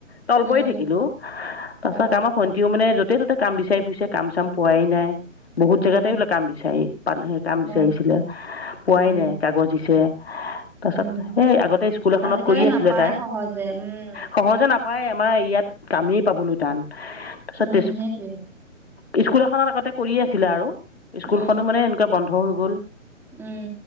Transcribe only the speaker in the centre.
উম
অ
উম
অ
উম
উম
আজিকালি
নাপায়
সহজে উম
উম
সেইটোৱে
উম
উম,